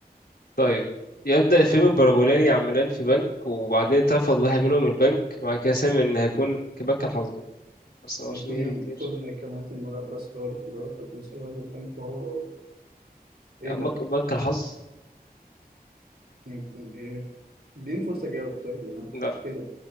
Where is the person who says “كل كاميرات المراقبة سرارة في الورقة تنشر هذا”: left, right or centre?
Right